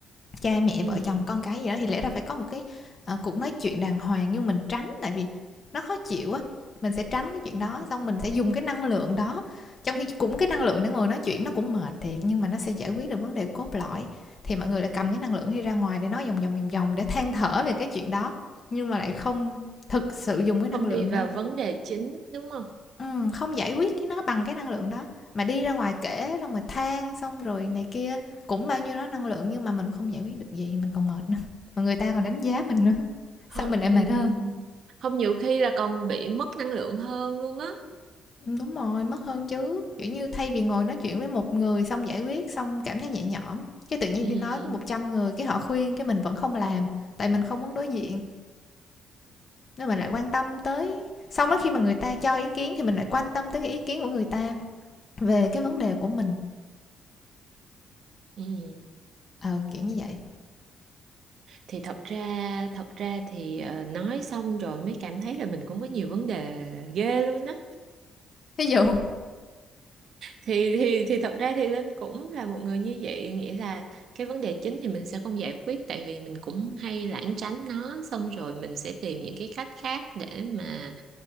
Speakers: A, on the left; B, on the right.
A: cha mẹ
B: ừ,
A: vợ chồng con cái gì đó thì lẽ ra phải có một cái ờ, cuộc nói chuyện đàng hoàng nhưng mình tránh tại vì nó khó chịu á mình sẽ tránh cái chuyện đó
B: ừ.
A: xong mình sẽ dùng cái năng lượng đó trong khi cũng cái năng lượng để ngồi nói chuyện nó cũng mệt thiệt nhưng mà nó sẽ giải quyết được vấn đề cốt lõi thì mọi người lại cầm cái năng lượng đi ra ngoài để nói vòng vòng vòng vòng để than thở về cái chuyện đó nhưng mà lại không thực sự dùng cái
B: Không
A: năng lượng
B: đi vào
A: đó
B: vấn đề chính đúng không?
A: Ừm, không giải quyết cái nó bằng cái năng lượng đó, mà đi ra ngoài kể xong rồi than xong rồi này kia, cũng bao nhiêu đó năng lượng nhưng mà mình cũng không giải quyết được gì, mình còn mệt nữa, mà người ta còn đánh giá mình nữa,
B: Không,
A: xong mình lại
B: ừ.
A: mệt hơn.
B: Không nhiều khi là còn bị mất năng lượng hơn luôn á.
A: Ừm, đúng rồi, mất hơn chứ, kiểu như, thay vì ngồi nói chuyện với một người xong giải quyết, xong cảm thấy nhẹ nhõm, cái tự nhiên
B: Ừ,
A: đi nói với 100 người, cái họ khuyên cái mình vẫn không làm, tại mình không muốn đối diện, nên mình lại quan tâm tới xong đó khi mà người ta cho ý kiến thì mình lại quan tâm tới cái ý kiến của người ta về cái vấn đề của mình,
B: ừ.
A: ờ, kiểu như vậy.
B: Thì thật ra thật ra thì ờ, nói xong rồi mới cảm thấy là mình cũng có nhiều vấn đề ghê luôn á.
A: ví <laughs> dụ
B: thì thì thì thật ra thì Linh cũng là một người như vậy nghĩa là cái vấn đề chính thì mình sẽ không giải quyết tại vì mình cũng hay lảng tránh nó xong rồi mình sẽ tìm những cái cách khác để mà